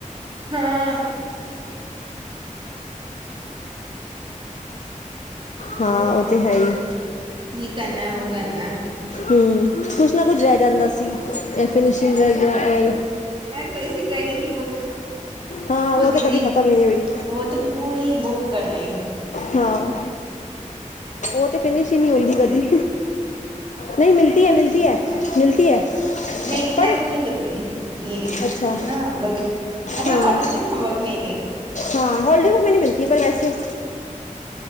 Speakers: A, on the right (about 35°); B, on the left (about 65°).
A: ਹਾਂ, <unintelligible>
B: ਹਾਂ, ਓ ਤੇ ਹੈ ਈ।
A: ਕੀ ਕਰਨਾ ਐ ਵੋ ਕਰਨਾ ਐ
B: ਹੂੰ ਕੁਛ ਨਾ ਕੁਛ ਰੈ ਜਾਂਦਾ ਸੀ, ਐ ਫਿਨੀਸ਼ਿੰਗ ਰੈ ਗੇਆ ਐ
A: ਕ੍ਰਸਿਵ ਰਾਈਟਿੰਗ ਕੀ ਬੁੱਕ।
B: ਹਾਂ ਉਹ
A: ਓ ਦੀਦੀ,
B: ਤਾਂ ਕਦੀ ਖਤਮ ਹੀ ਨਹੀਂ ਹੋਈ
A: ਓ ਤੇ ਪੂਰੀ ਬੁੱਕ ਕਰਨੀ।
B: ਹਾਂ। ਓਤੇ ਫਿਨਿਸ਼ਿੰਗ ਨੀ ਹੁੰਦੀ ਕਦੀ, ਨਈ ਮਿਲਤੀ ਹੈ ਮਿਲਤੀ ਹੈ ਮਿਲਤੀ ਹੈ।
A: ਨਈ
B: ਪਰ
A: ਈਨਾ ਨੂੰ ਨੀ ਮੀਲਦੀ, ਈ
B: ਅੱਛਾ
A: ਹੈਨਾ ਬਲ ਮਤਲਬ
B: ਹਾਂ
A: ਹੋਲੀਡੇਜ਼ ਹੋਮੰਵਰਕ ਮੇ ਨਈ।
B: ਹਾਂ, ਹੋਲੀਡੇ ਬੁੱਕ ਮੈ ਨੀ ਮਿਲਤੀ ਪਰ ਵੈਸੇ।